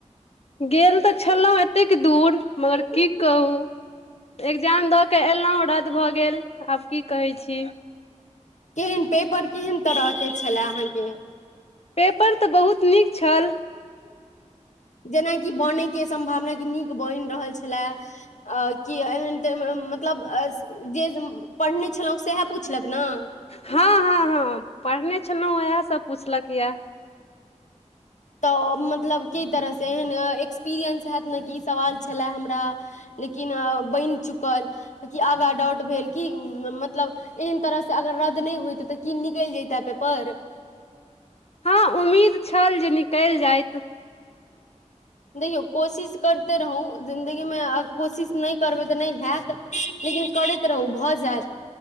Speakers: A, on the left; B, on the left.
A: गेल तऽ छलौ एतेक दूर मगर की कहू एग्जाम दऽ कऽ एलौ रद्द भऽ गेल। आब की कहै छी।
B: केहेन पेपर केहन तरहके छलै अहाँके। <unintelligible>
A: पेपर तऽ बहुत नीक छल।
B: जेनाकि बनय के सम्भावना कि नीक बन रहल छलाए, अ कि एहन तऽ म मतलब अ से जे उम्म पढ़ने छलौ सेहे पुछलक। ने
A: हां हां हां पढ़ने छलौ वहे सब पुछलक यऽ?
B: तऽ मतलब की तरह से एहन एक्सपीरियंस हैत ने कि ई सवाल छलय हमरा, लेकिन अ बैन चुकल कि आगाँ डाउट भेल कि उम्म मतलब एहन तरह से अगर रद्द नहि होएत तऽ की निकैल जयतै पेपर।
A: हां, उम्मीद छल जे निकल जायत।
B: देखियौ कोशिश करते रहू जिन्दगीमे आ कोशिश नै करबै तऽ नै हैत लेकिन करैत रहूँ भऽ जायत।